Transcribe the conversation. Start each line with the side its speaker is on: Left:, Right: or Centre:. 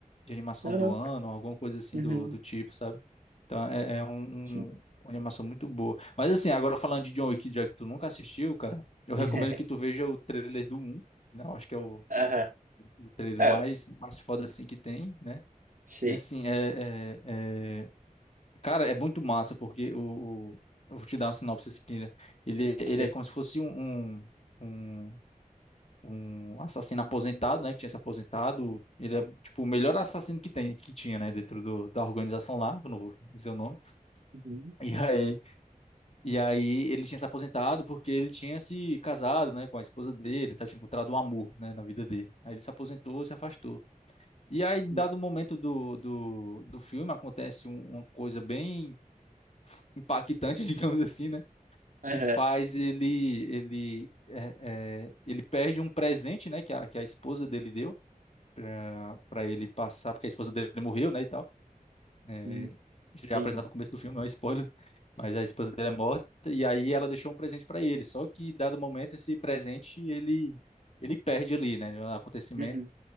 Left: de animação
Right: Caraca.
Left: do ano, alguma coisa assim
Right: Uhum.
Left: do, do tipo, sabe? Então é, é um,
Right: Sim.
Left: um- uma animação muito boa. Mas assim, agora falando de John Wick, já que tu nunca assistiu, cara, eu recomendo
Right: <laughs>
Left: que tu veja o trailer do um né? Eu acho que é o,
Right: Aham.
Left: o trailer
Right: Ah,
Left: mais, mais foda assim que tem, né?
Right: sim,
Left: E assim, é, é, é, Cara, é muito massa, porque o, o- eu vou te dar uma sinopse aqui, né? Ele, ele
Right: sim.
Left: é como se fosse um, um, um, um assassino aposentado, né? Que tinha se aposentado. Ele é, tipo, o melhor assassino que tem, que tinha, né? Dentro do, da organização lá, que eu não vou dizer o nome.
Right: Uhum.
Left: E aí, e aí ele tinha se aposentado porque ele tinha se casado, né? Com a esposa dele, tá? Tinha encontrado um amor, né? Na vida dele. Aí ele se aposentou, se afastou. E aí, em
Right: Uhum.
Left: dado momento do, do, do filme, acontece um- uma coisa bem impactante, <laughs> digamos assim, né?
Right: Aham.
Left: Que faz ele ele é, é, ele perde um presente, né? Que a, que a esposa dele deu para para ele passar, porque a esposa dele morreu, né? E tal. É,
Right: Uhum.
Left: isso já
Right: Entendi.
Left: é apresentado no começo do filme, não é spoiler, <laughs> mas a esposa dele é morta e aí ela deixou um presente para ele. Só que dado momento esse presente ele ele perde ali, né? no acontecimento
Right: Uhum.